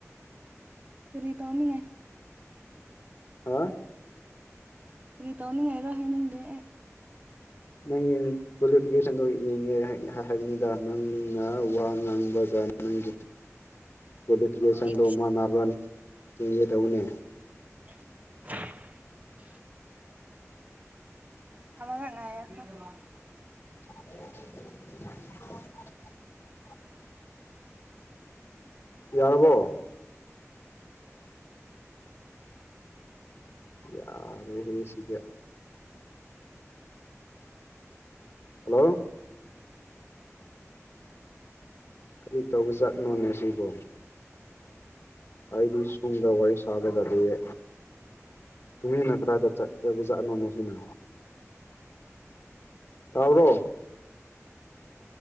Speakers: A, on the right; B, on the left.
A: ꯀꯔꯤ ꯇꯧꯅꯤꯡꯉꯥꯢ
B: ꯍꯥ
A: ꯀꯔꯤ ꯇꯧꯅꯤꯡꯉꯥꯏꯔꯣ ꯍꯥꯏꯅꯤꯡꯗꯦ ꯑꯦ
B: ꯅꯪꯒꯤ ꯀ꯭ꯋꯥꯂꯤꯐꯤꯀꯦꯁꯟꯗꯨ ꯌꯦꯡꯒꯦ ꯍꯥꯏꯕꯅꯤꯗ ꯅꯪꯅ ꯋꯥ ꯉꯥꯡꯕꯒ ꯅꯪꯒꯤ ꯀ꯭ꯋꯥꯂꯤꯐꯤꯀꯦꯁꯟꯗꯣ
A: ꯑꯩ
B: ꯃꯥꯟꯅꯕ꯭ꯔ ꯌꯦꯡꯒꯦ ꯇꯧꯅꯦ
A: <inaudible> <unintelligible>
B: <inaudible> ꯌꯥꯔꯕꯣ ꯌꯥꯔꯦꯍꯦ ꯁꯤꯗꯤ ꯍꯜꯂꯣ ꯀꯔꯤ ꯇꯧꯕ ꯖꯥꯠꯅꯣꯅꯦ ꯁꯤꯕꯣ ꯑꯩꯗꯤ ꯁꯣꯝꯗ ꯋꯥꯔꯤ ꯁꯥꯒꯗꯕ ꯇꯨꯃꯤꯅ ꯀꯗꯥꯏꯗ ꯆꯠꯈ꯭ꯔꯕꯖꯠꯅꯣꯅꯣ ꯁꯤꯅ ꯇꯥꯕ꯭ꯔꯣ